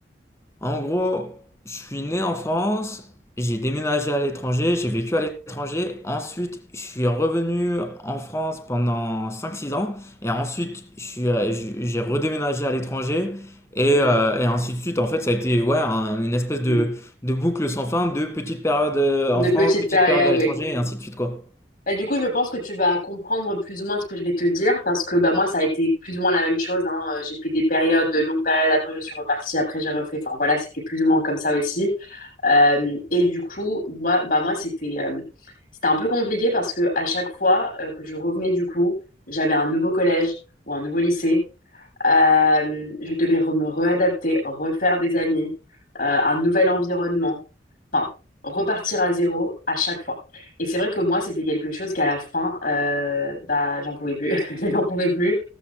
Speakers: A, on the left; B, on the left.
A: en gros, je suis né en France, j'ai déménagé à l'étranger, j'ai vécu à l'étranger. Ensuite, je suis revenu en France pendant cinq six ans. Et ensuite, je suis, euh, je- j'ai redéménagé à l'étranger. Et,
B: Ok.
A: euh, et ainsi de suite. En fait, ça a été ouais, un- une espèce de,
B: Hum.
A: de boucle sans fin de petites périodes euh,
B: De
A: en France,
B: petites
A: petites
B: périodes,
A: périodes à
B: oui.
A: l'étranger, et ainsi de suite, quoi.
B: Et du coup, je pense que tu vas comprendre plus ou moins ce que je vais te dire parce que bah moi ça a été plus ou moins la même chose. Hein. Euh, J'ai fait des périodes, de longues périodes. Après je suis repartie. Après j'ai refait. Enfin voilà, c'était plus ou moins comme ça aussi. Euh, et du coup, moi, bah moi c'était euh, c'était un peu compliqué parce que à chaque fois euh, que je revenais du coup, j'avais un nouveau collège ou un nouveau lycée. Euh, je devais re- me réadapter, refaire des amis, euh, un nouvel environnement enfin, repartir à zéro à chaque fois. Et c'est vrai que moi, c'était quelque chose qu'à la fin, euh, bah, j'en pouvais plus. <laughs> J'en pouvais plus.